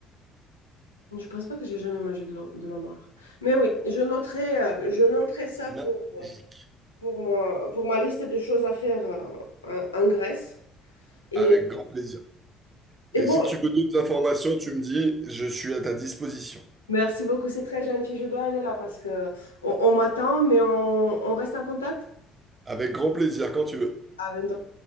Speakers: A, on the left; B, on the right.
A: Je pense pas que j'ai jamais mangé de l'o- de l'homard. Mais oui, je noterai, euh, je noterai ça
B: magique.
A: pour, euh, pour moi, pour ma liste de choses à faire euh, en en Grèce. Et,
B: Avec grand plaisir.
A: et
B: Et
A: bon,
B: si tu veux d'autres informations, tu me dis, je suis à ta disposition.
A: merci beaucoup, c'est très gentil. Je dois aller là parce que on, on m'attend, mais on, on reste en contact.
B: Avec grand plaisir, quand tu veux.
A: À bientôt.